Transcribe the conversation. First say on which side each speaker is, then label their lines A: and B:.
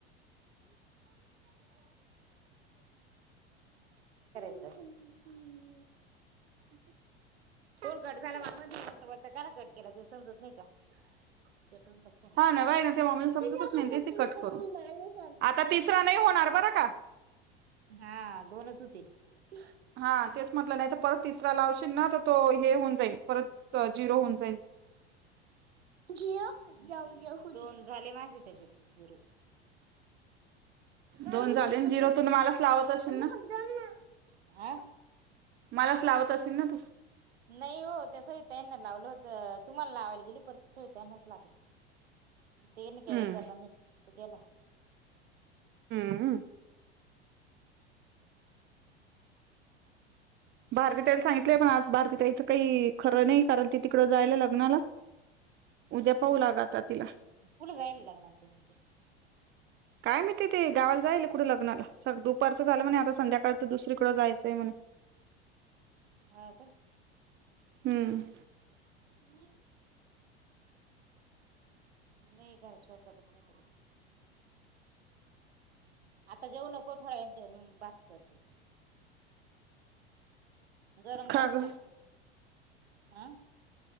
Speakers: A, on the right (about 75°); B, on the right (about 35°).
A: <unintelligible> <unintelligible> <unintelligible> <unintelligible> फोन कट झाला, मला म्हणशील तु बोलतता <unintelligible> कट केला त समजत नाही का? कटवून फोन करते
B: हा, ना बाई!
A: बस तुझ्या
B: ना ते मला समजतच
A: हातातून
B: ना ही. ते ते कट
A: कधी
B: करून
A: माणूस आलता.
B: आता तिसरा नाही होणार बरं! <unintelligible>
A: हा दोनच होतील
B: हा तेच म्हटलं नाही तर परत तिसरा लावशील ना तर तो हे होऊन जाईल परत झिरो होऊन जाईल
A: <inaudible> घ जाऊ दोन झाले माझे त्याच्यात झिरो काल
B: दोन
A: उठ
B: झाले
A: सद
B: ना झिरो
A: क
B: तू मलाच लावत असेल ना
A: फध
B: मलाच लावत असेल ना तू
A: नाही हो त्या सविता ताईंना लावलं होत तुम्हाला लावायला गेली परत सविता ताईंनाच लागला त्यांनी काय
B: हम्म
A: उचलला नाही मीच केला
B: हम्म भारती ताईला सांगितलंय पण आज भारतीताईचं काही खरं नाही कारण ती तिकडं जायला लग्नाला उद्या पाहू लाग आता तिला
A: कुठे जायला लागणार ते नेमके
B: काय मी ते ते गावाला जायला कुठं लग्नाला सग दुपारचं झालं म्हणे आता संध्याकाळचं दुसरीकडं जायचंय म्हण
A: हा का
B: हम्म
A: म नाही घर स्वयंपाकच नाही करू आता जाऊ नको थोड्या वेळाने जेव बास कर गरम
B: का
A: भात
B: ग
A: खा हा